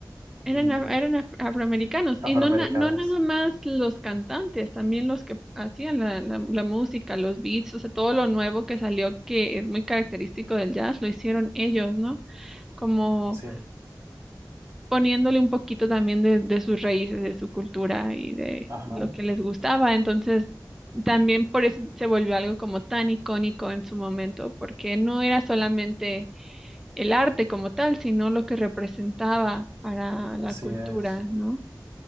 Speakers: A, on the right; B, in the centre.
A: mm,
B: Eran, af- eran af- afroamericanos
A: afroamericanos,
B: y no, na- no nada más los cantantes, también los que hacían la, la, la música, los beats, o sea, todo lo nuevo que salió que es muy característico del jazz, lo hicieron ellos, ¿no? Como
A: sí,
B: poniéndole un poquito también de, de sus raíces, de su cultura y de
A: ajá,
B: lo que les gustaba. Entonces, también por eso se volvió algo como tan icónico en su momento, porque no era solamente el arte como tal, sino lo que representaba para
A: así
B: la cultura,
A: es.
B: ¿no?